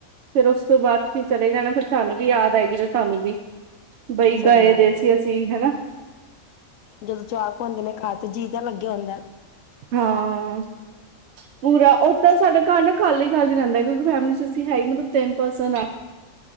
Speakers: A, on the right; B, on the left.
A: ਫੇਰ ਉਸ ਤੋਂ ਬਾਅਦ ਫ ਚਲੇ ਜਾਣਾ ਫਿਰ ਸਾਨੂੰ ਵੀ ਯਾਦ ਆਏਗੀ ਜ ਤੁਹਾਨੂੰ ਵੀ ਬਈ
B: ਸਹੀ
A: ਗਾਏ
B: ਗੱਲ
A: ਦੇ
B: ਹੈ
A: ਸੀ ਅਸੀਂ ਹਨਾ
B: ਜਦੋਂ ਚਾਕ ਹੁੰਂਦੇ ਨੇ ਖਾ ਤੇ ਜੀਅ ਤਾਂ ਲੱਗੇਿਆ ਹੁੰਦਾ
A: ਹਾਂ ਪੂਰਾ ਉਹ ਤਾਂ ਸਾਡਾ ਘਰ ਨਾ ਖਾਲੀ ਖਾਲੀ ਰਹਿੰਦਾ ਕਿਉਂਕਿ ਫੈਮਿਲੀ ਚ ਅਸੀਂ ਹੈ ਹੀ ਮਤਲਬ ਤਿੰਨ ਪਰਸਨ ਆ